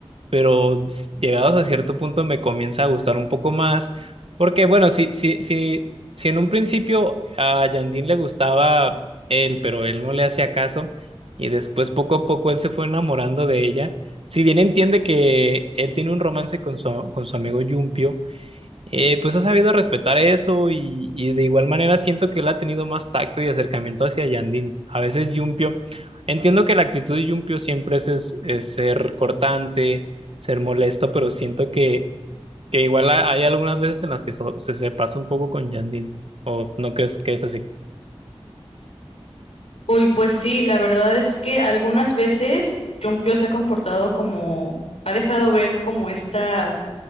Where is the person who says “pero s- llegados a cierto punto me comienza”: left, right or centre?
Right